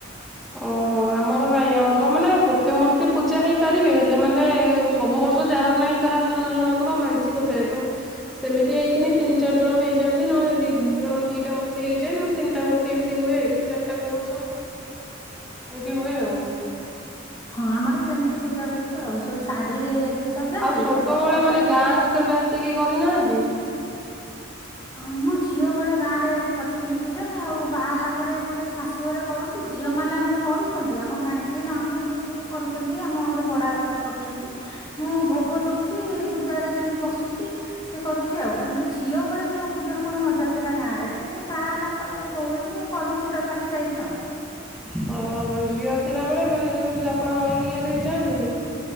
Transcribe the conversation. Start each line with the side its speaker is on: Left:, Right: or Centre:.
Centre: ଓହୋ ଆମର ନାଇଁ ଆମର ମାନେ ଗୋଟେ ମୂର୍ତ୍ତି ପୂଜା ହେଇପାରିବେ ହେଲେ ମାନେ ସବୁ ବର୍ଷ ତ ଯାହାର ନାହିଁ କାହାର ଜଣେ ଜଣଙ୍କର ମାନସିକ ଥାଏ ତ ସେମତି ହେଇକିନି ତିନ ଚାରି ଜଣ ହେଇଯାନ୍ତି ନହେଲେ ଦି ଜଣ ଦିଟା ମୂର୍ତ୍ତି ହେଇଯାଏ ନହେଲେ ତିନିଟା ମୂର୍ତ୍ତି ଏମିତି ଏମିତି ହୁଏ କି ଚାରିଟା କଉ ବର୍ଷ। ଏମିତି ହୁଏ ଆଉ।
Left: ହଁ ଆମର ସେମିତି ପୂଜା ହୁଏ ତ ଆଉ ସବୁ ଶାଢୀରେ ବି ସଜାନ୍ତି
Centre: ଆଉ ଛୋଟବେଳେ
Left: ପତାକାରେ
Centre: ମାନେ
Left: ସଜାନ୍ତି।
Centre: ଗାଁ କୁ କେବେ ଆସିକି କରିନାହାନ୍ତି।
Left: ହଁ ମୁଁ ଝିଅ ବେଳେ ଗାଁ ରେ କରିଥିଲି ପୂଜା ଆଉ ବାହାହେଲା ପରେ ଏପଟେ ଶାଶୁ ଘରେ କରୁଛି ଝିଅମାନେ ଆମର କରୁଛନ୍ତି ଆମ ଭାଣିଜୀ ନଣନ୍ଦ ସବୁ କରୁଛନ୍ତି ଆମ ଘରେ ଭଡା ଅଛନ୍ତି କରୁଛନ୍ତି। ମୁଁ ଭୋଗ ଦଉଛି ପୂଜରେ ଯାଇକି ବସୁଛି ସେ କରୁଛି ଆଉ କିନ୍ତୁ ଝିଅ ବେଳେ ଯୋଉ ଖୁଦରୁକୁଣି ମଜା ଥିଲା ଗାଁରେ ବାହା ହେଲା ପରେ ବୋହୂ ହେନି କରୁଛି ତଥାପି ଯାଇକି ଆଉ।
Centre: ହଁ ଝିଅ ଥିଲା ବେଳେ ମାନେ ଯୋଉ ଆପଣ ନଈକି ଗାଧେଇ ଯାଆନ୍ତିନି।